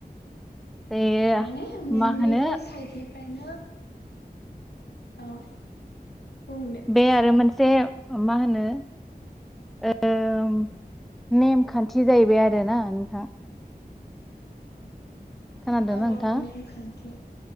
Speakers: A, in the centre; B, on the left (about 90°).
A: जे
B: माने मोननैबो
A: मा होनो
B: साइडनि फ्रायनो औ बुं दे
A: बे आरो मोनसे मा होनो ओम नेमखान्थि बिदि जाहैबाय आरो ना नोंथां।
B: <unintelligible>
A: खोनादोंना
B: औ
A: नोंथाङा
B: औ नेम खान्थि